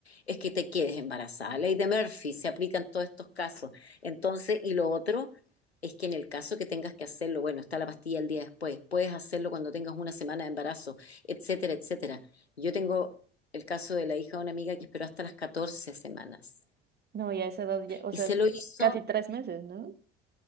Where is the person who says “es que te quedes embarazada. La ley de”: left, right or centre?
Left